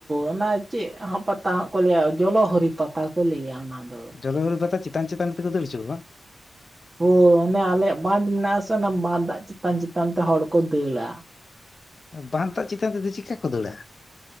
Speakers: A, on the right; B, on the left.
A: ᱚᱱᱟ ᱪᱮᱫ ᱦᱟᱸᱜ ᱯᱟᱛᱟ ᱦᱟᱸᱜ ᱠᱚ ᱞᱮᱭᱟ᱾ ᱚ ᱡᱚᱞᱚ ᱦᱚᱨᱤ ᱯᱟᱛᱟ ᱠᱚ ᱞᱮᱭᱟ ᱚᱱᱟ ᱫᱚ᱾
B: ᱡᱚᱞᱚ ᱦᱚᱨᱤ ᱯᱟᱛᱟ ᱪᱮᱛᱟᱱ ᱪᱤᱛᱟᱱ ᱛᱮᱠᱚ ᱫᱟᱹᱲ ᱦᱚᱪᱚ ᱠᱚᱣᱟ?
A: ᱦᱳᱭ ᱚᱱᱮ ᱟᱞᱮᱭᱟᱜ ᱵᱟᱸᱫ ᱢᱮᱱᱟᱜ ᱟᱥᱮ ᱚᱱᱟ ᱵᱟᱸᱫᱟᱜ ᱪᱮᱛᱟᱱ ᱪᱮᱛᱟᱱ ᱛᱮ ᱦᱚᱲ ᱠᱚ ᱫᱟᱹᱲᱟ᱾
B: ᱵᱟᱸᱫᱷ ᱫᱟᱜ ᱪᱮᱛᱟᱱ ᱛᱮᱫᱚ ᱪᱤᱠᱟᱹ ᱠᱚ ᱫᱟᱹᱲᱟ?